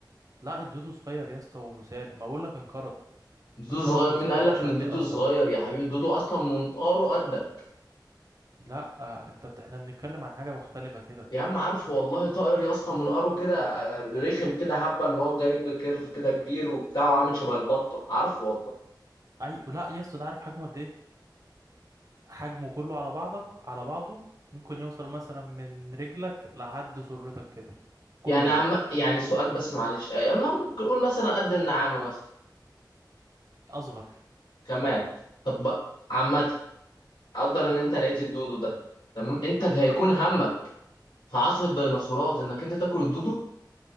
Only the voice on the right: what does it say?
لا الدودو صغير يا اسطى ومسالم ما بقول لك انقرض
انقرض
من
صدر
بشر
ليه أصلا
لا آه أنت بت... إحنا بنتكلم عن حاجة مختلفة كده
أي لا يا اسطى ده عارف حجمه قد إيه حجمه كله على بعضك على بعضه ممكن يوصل مثلا من رجلك لحد سرتك كده كله
اصغر
امم